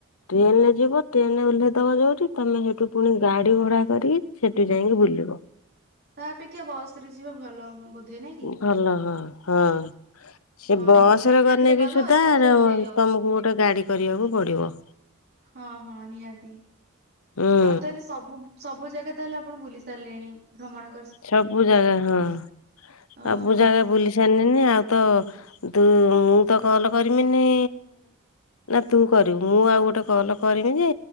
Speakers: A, on the left; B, on the right.
A: ଟ୍ରେନ ରେ ଯିବ ଟ୍ରେନରେ ଓହ୍ଲାଇଦବ ଯୋଉଠି ତମେ ସେଇଠୁ ପୁଣି ଗାଡି ଭଡା କରିକି ସେଠୁ ଯାଇକି ବୁଲିବ।
B: ତା ଅପେକ୍ଷା ବସ ରେ ଯିବା ଭଲ ହବ। ବୋଧେ ନାଇଁ। କି?
A: ଭଲ ହଁ ହଁ। ସେ
B: ହଁ
A: ବସ୍
B: ତମେ ଏକାଥରେ
A: ରେ ଗଲେବି
B: ଗଲ
A: ସୁଧା
B: ଏକାଥରେ
A: ତମକୁ
B: ଓହ୍ଲେଇଲ
A: ଗୋଟେ ଗାଡି କରିବାକୁ ପଡିବ।
B: ହଁ ହଁ ନିହାତି
A: ହୁଁ।
B: ଆଉ ତାହେଲେ ସବୁ ସବୁ ଜାଗା ତାହେଲେ ଆପଣ ଭୁଲି ସାରିଲେଣି ଭ୍ରମଣ କରି
A: ସବୁ ଜାଗା ହଁ ସବୁ
B: ଓହୋ
A: ଜାଗା ବୁଲି- ସାରି ନି ଆଉ ତ ତୁ ମୁଁ ତ କଲ କରିବିନି ନା ତୁ କରିବୁ ମୁଁ ଆଉ ଗୋଟେ କଲ କରିବି ଯେ